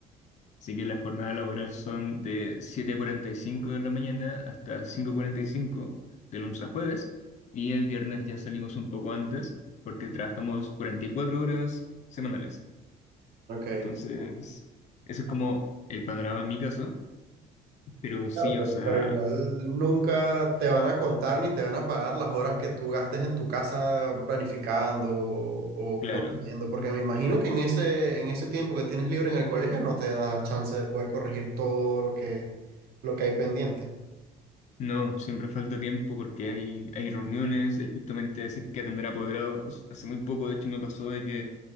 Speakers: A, on the left; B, on the right.
A: Así que las jornadas laborales son de siete cuarenta y cinco de la mañana hasta cinco cuarenta y cinco de lunes a jueves. Y el viernes ya salimos un poco antes porque trabajamos 44 horas semanales.
B: Ok,
A: Entonces, eso es como el panorama en mi caso. Pero sí,
B: Claro, pero,
A: o sea,
B: pero igual nunca te van a contar ni te van a pagar las horas que tú gastes en tu casa planificando o, o
A: claro,
B: corrigiendo, porque me imagino que en ese, en ese tiempo que tienes libre en el colegio no te da chance de poder corregir todo lo que, lo que hay pendiente.
A: no, siempre falta tiempo porque hay, hay reuniones, hay justamente a veces que atender a apoderados. Hace muy poco, de hecho, me pasó de que